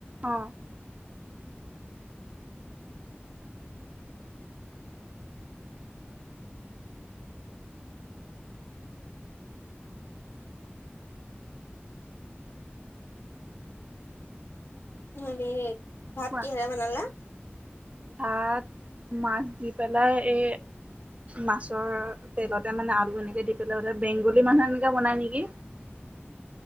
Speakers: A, on the right; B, on the left.
A: অ।
B: হে ভাত
A: কোৱা
B: কিহেৰে বনালা?
A: ভাত মাছ দি পেলাই এ মাছৰ তেলতে মানে আলু এনেকে দি পেলাই হলে বেংগলী মানুহে এনেকে বনাই নেকি?
B: <inaudible>